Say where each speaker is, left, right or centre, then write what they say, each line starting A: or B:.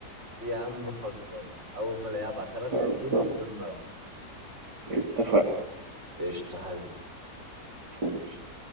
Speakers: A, on the right; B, on the right.
A: يا عم خلصان اول ما الاقيها ابعتها لك
B: لي
A: على طول واستنى رايك
B: اتفقنا
A: قشطة حبيبي
B: فول